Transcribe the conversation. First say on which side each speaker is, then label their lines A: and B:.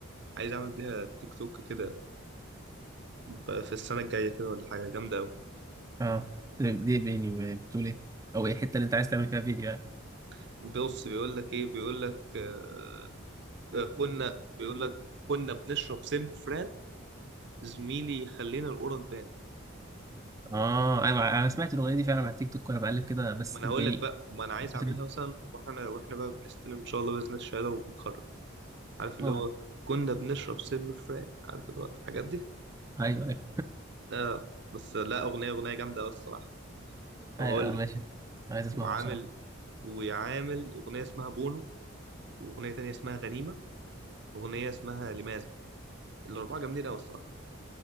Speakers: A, on the right; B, on the right.
A: عايز أعمل بيها تيك توك كده ب- في السنة الجاية كده ولا حاجة جامدة أوي
B: اه دي دي بيني بتقول ايه او ايه الحته اللي انت عايز تعمل فيها فيديو يعني
A: بص بيقول لك إيه بيقول لك آه، آه، كنا بيقول لك كنا بنشرب سم فران زميلي خلينا الأورا تبان
B: اه ايوه انا سمعت الاغنيه دي فعلا على التيك توك وانا بقلب كده بس
A: ما أنا هقول
B: يعني
A: لك بقى ما أنا عايز
B: بت-
A: أعملها مثلا وإحنا وإحنا بقى بنستلم إن شاء الله بإذن الشهادة وبنتخرج عارف اللي
B: اه
A: هو كنا بنشرب سم فران عارف اللي هو الحاجات دي
B: ايوه ايوه
A: آه بس لا أغنية أغنية جامدة أوي الصراحة وهقول
B: ايوه آه، ماشي
A: لك
B: عايز اسمعها
A: وعامل
B: بصراحه
A: وعامل أغنية اسمها بونو وأغنية تانية اسمها غنيمة وأغنية اسمها لماذا الأربعة جامدين أوي الصراحة